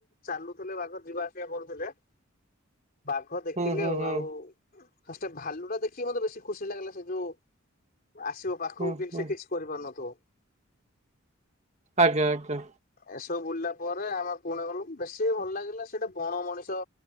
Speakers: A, on the left; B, on the right.
A: ଚାଲୁଥିଲେ ବାଘ ଯିବା ଆସିବା କରୁଥିଲେ। ବାଘ ଦେଖିଲେ
B: ହୁଁ ହୁଁ
A: ଆଉ
B: ହୁଁ
A: ଆଉ। ଫାଷ୍ଟ୍ ଭାଲୁଟା ଦେଖିକି ମତେ ବେଶୀ ଖୁସି ଲାଗିଲା। ସେ ଯୋଉ ଆସିବ ପାଖକୁ
B: ହୁଁ
A: କି
B: ହୁଁ
A: ସେ କିଛି କରିପାରୁନଥିବ।
B: ଆଜ୍ଞା ଆଜ୍ଞା।
A: ଏସବୁ ବୁଲିଲା ପରେ ଆମେ ପୁଣି ଗଲୁ ବେଶୀ ଭଲ ଲାଗିଲା ସେଇଟା ବଣ ମଣିଷ।